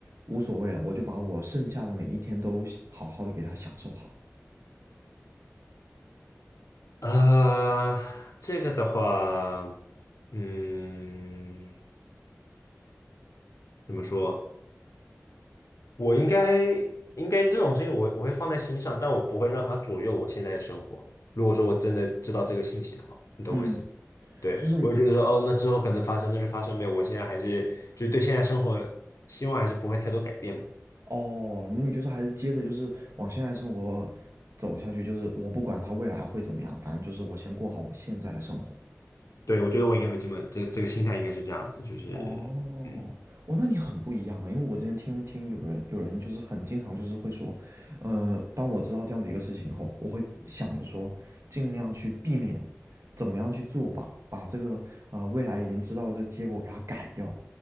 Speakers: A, on the right; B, on the left.
A: 无所谓了，我就把我剩下的每一天都好好的给他享受好。
B: 呃，这个的话，嗯，怎么说？我应该应该这种事情我，我会放在心上，但我不会让它左右我现在的生活。如果说我真的知道这个信息的话，你懂我意思吗？
A: 嗯，
B: 对，
A: 就是你
B: 我会觉得说，哦，那之后可能发生，那就发生呗。我现在还是就对现在生活希望还是不会太多改变嘛。
A: 哦，那你就是还是接着就是往现在生活走下去，就是我不管他未来会怎么样，反正就是我先过好我现在的生活。
B: 对，我觉得我应该会这么，这这个心态应该是这样子，就是，
A: 哦，
B: 嗯，
A: 哇，那你很不一样啊！因为我之前听听有人有人就是很经常就是会说，呃，当我知道这样子一个事情后，我会想着说，尽量去避免，怎么样去做吧，把这个呃未来已经知道的这个结果给它改掉。